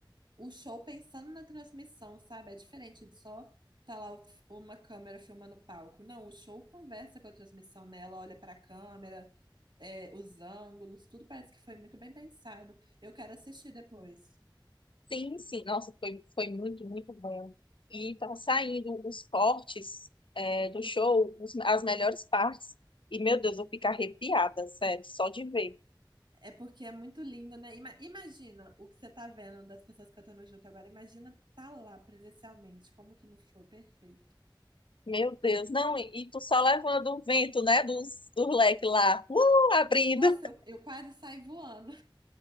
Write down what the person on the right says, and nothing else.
o show pensando na transmissão, sabe? É diferente de só tá lá o- uma câmera filmando o palco. Não, o show conversa com a transmissão, né? Ela olha para a câmera, é, os ângulos, tudo parece que foi muito bem pensado. Eu quero assistir depois.
É porque é muito lindo, né? Ima- imagina o que você tá vendo das pessoas cantando junto agora. Imagina tá lá presencialmente, como que não foi perfeito.
Nossa, eu, eu quase saí voando.